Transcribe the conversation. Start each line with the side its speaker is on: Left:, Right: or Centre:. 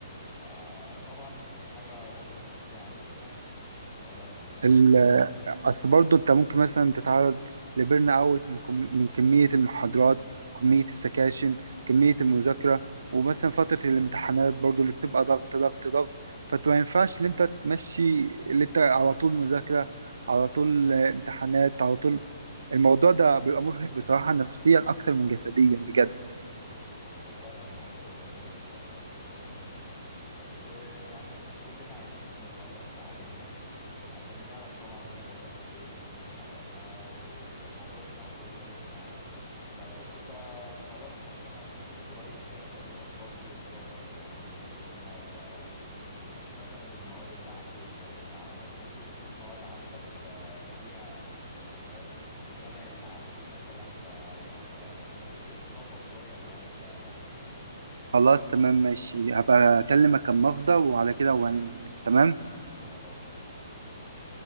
Left: فطبعا دي حاجة برضو اساسية عند الواحد ان هو لازم يكمل
Right: ال-
Left: تعليمه
Right: اصل برضه انت ممكن مثلا تتعرض لبرن اوت من كم... من كميه المحاضرات كميه السكاشن كميه المذاكره ومثلا فتره الامتحانات برضه اللي بتبقى ضغط ضغط ضغط فانت ما ينفعش ان انت تمشي اللي انت على طول مذاكره على طول آه، امتحانات على طول الموضوع ده بيبقى مرهق بصراحة نفسيا أكتر من جسديا بجد
Left: هو فعلا الموضوع بيبقى مرهق اكتر من اللازم بس يعني اكيد كلنا عايزين نخلص تعليمنا عشان نعرف طبعا زي ما بقولك ايه نبتدي حياتنا ويبقى الموضوع سهل وسلس معانا فلو كده خلاص ماشي انا ممكن قريب كده اكلمك برضو ونظبط لو هننزل يوم نقعد بقى ايه نشوف مثلا المواد اللي عندي والمواد اللي عندك ممكن يكون مواد عندك آه، فيها است- حاجات شبه اللي عندي مثلا فيعني لا الدنيا ممكن تظبط شوية معانا فاهم قصدي
Right: خلاص تمام ماشي هبقى أكلمك أما أفضى وعلى كده وهننزل تمام
Left: خلاص تمام ماشي